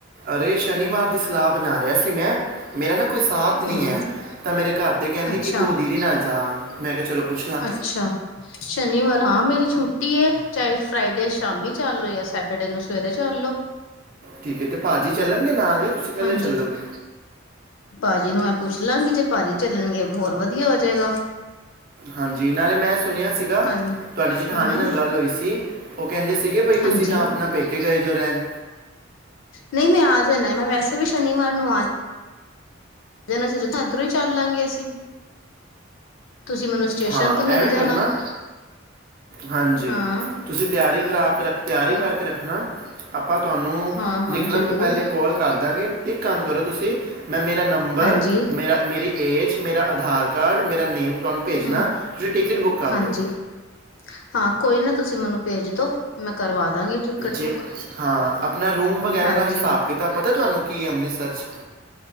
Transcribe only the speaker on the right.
ਅਰੇ ਸ਼ਨੀਵਾਰ ਸਲਾਬ ਬਣਾ ਰਿਹਾ ਸੀ ਮੈਂ ਮੇਰੇ ਨਾ ਕੋਈ ਸਾਥ ਨਹੀਂ
ਹੈ ਤਾਂ ਮੇਰੇ ਘਰ ਦੇ ਕਹਿੰਦੇ
ਕਿ ਤੂੰ ਦੀਦੀ ਨਾਲ ਜਾ, ਮੈਂ ਕਿਹਾ ਚਲੋ। ਪੁੱਛ ਲਾਂ
ਠੀਕ ਹੈ ਤੇ ਭਾਜੀ ਚੱਲਣਗੇ ਨਾਲ ਜਾਂ ਤੁਸੀਂ ਇਕੱਲੇ
ਚੱਲੋਗੇ
ਹਾਂਜੀ ਨਾਲੇ ਮੈਂ ਸੁਣਿਆ ਸੀਗਾ
ਤੁਹਾਡੀ ਜੇਠਾਣੀ
ਨਾਲ ਗੱਲ ਹੋਈ ਸੀ ਉਹ ਕਹਿੰਦੇ ਸੀਗੇ ਬ
ਤੁਸੀਂ ਤਾਂ ਆਪਣਾ ਪੇਕੇ ਗਏ ਦਿਓ ਰਹਿਣ।
ਹਾਂ
ਐਵੇਂ
ਕਰਨਾ ਹਾਂਜੀ
ਤੁਸੀਂ ਤਿਆਰੀ ਕਰਾ ਕੇ ਰ ਤਿਆਰੀ
ਕਰਕੇ ਰੱਖਣਾ। ਆਪਾਂ ਤੁਹਾਨੂੰ
ਨਿਕਲਣ
ਤੋਂ ਪਹਿਲੇ ਕੋਲ ਕਰ ਦਾਂਗੇ ਇੱਕ ਕੰਮ ਕਰੋ ਤੁਸੀਂ ਮੈਂ ਮੇਰਾ ਨੰਬਰ
ਮੇਰਾ ਮੇਰੀ ਏਜ ਮੇਰਾ ਆਧਾਰ ਕਾਰਡ ਮੇਰਾ ਨੇਮ ਤੁਹਾਨੂੰ ਭੇਜਣਾ
ਤੁਸੀਂ ਟਿਕਟ ਬੁੱਕ ਕਰ
ਦਿਓ
ਜੇ,
ਹਾਂ ਆਪਣਾ ਰੂਮ ਵਗੈਰਾ
ਦਾ ਹਿਸਾਬ ਕੀਤਾਬ ਪਤਾ ਤੁਹਾਨੂੰ ਕੀ ਏ ਅੰਮ੍ਰਿਤਸਰ ਚ।